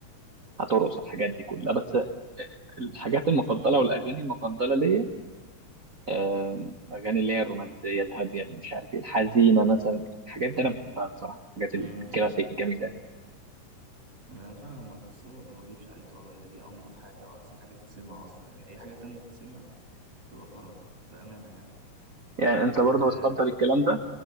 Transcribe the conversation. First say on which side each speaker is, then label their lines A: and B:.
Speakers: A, on the right (about 80°); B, on the right (about 45°).
A: هترقص على الحاجات دي كلها بس الحاجات المفضلة
B: أمم.
A: والأغاني المفضلة ليا آم، الأغاني اللي هي الرومانسية الهادية اللي مش عارف ايه الحزينة مثلا الحاجات دي أنا بحبها بصراحة الحاجات الكلاسيك
B: <laughs> أمم.
A: الجميلة دي
B: انا فاهمك بس برضه ما اجيبش عليك اه هي دي انضف حاجه واحسن حاجه تتسمع اصلا يعني اي حاجه تانية تتسمع تبقى خرا بامانه يعني
A: يعني
B: ال-
A: أنت برضه بتفضل الكلام ده؟